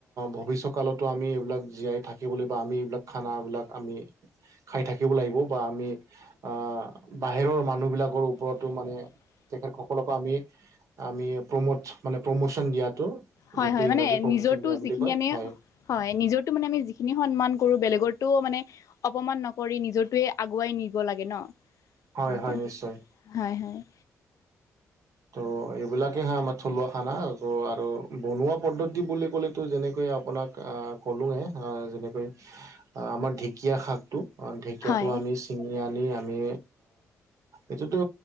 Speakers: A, on the right; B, on the left.
A: ভৱিষ্যকালতো আমি এইবিলাক জীয়াই থাকিবলৈ বা আমি এইবিলাক খানাবিলাক আমি খাই থাকিব লাগিব বা আমি আহ বাহিৰৰ মানুহ বিলাকৰ ওপৰতো মানে তেখেত সকলকো আমি আমি প্ৰমোট মানে প্ৰমোচন দিয়াটো
B: হয়
A: যোনটো
B: হয়
A: ইংৰাজী
B: মানে
A: প্ৰমোচন
B: নিজৰটো
A: দিয়া বুলি
B: যিখিনি
A: কয়
B: আমি
A: হয়
B: হয় নিজটো মানে আমি যিখিনি সন্মান কৰো বেলেগতো মানে অপমান নকৰি নিজটোৱে আগুৱাই নিব লাগে ন
A: হয়
B: তেনেকৈ
A: হয় নিশ্চয়
B: হয় হয়।
A: ত' এইবিলাকে হয়ে আমাৰ থলুৱা খানা ত' আৰু বনোৱা পদ্ধতি বুলি ক'লেতো যেনেকৈ আপোনাক কলোৱে যেনেকৈ আমাৰ ঢেকীয়া শাকটো ঢেকীয়াটো
B: হয়
A: আমি চিঙি আনি আমি এইটোতো